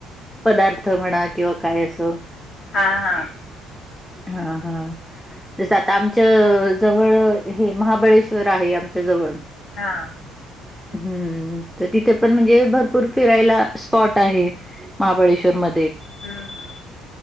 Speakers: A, in the centre; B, on the left.
A: पदार्थ म्हणा किंवा काय असं.
B: हा.
A: हा हा. जस आता आमच्या जवळ हे महाबळेश्वर आहे आमच्या जवळ
B: हा.
A: हम्म तिथे पण म्हणजे भरपूर फिरायला स्पॉट आहेत. महाबळेश्वर मध्ये
B: हम्म हम्म.